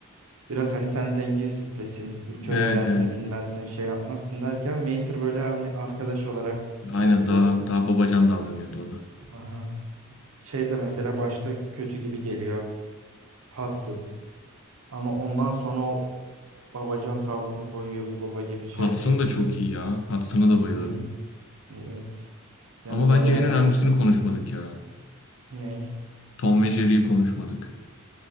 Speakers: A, on the right (about 75°); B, on the left (about 60°).
A: Biraz hani sen zengin züppesin, bu köy
B: Evet
A: hayatını
B: evet.
A: bilmezsin, şey yapmazsın derken Mater böyle hani arkadaş olarak şey
B: Aynen
A: yapıyor.
B: daha daha babacan davranıyordu ona.
A: Aha. Şey de mesela başta kötü gibi geliyor. Hudson. Ama ondan sonra o babacan tavrını koyuyor bir baba gibi şey
B: Hudson
A: yapıyor.
B: da çok iyi ya. Hudson'a da bayılırım.
A: Hmm, E, evet. Yani
B: Ama bence
A: ben ya
B: en önemlisini
A: dok
B: konuşmadık ya.
A: ne?
B: Tom ve Jerry'yi konuşmadık.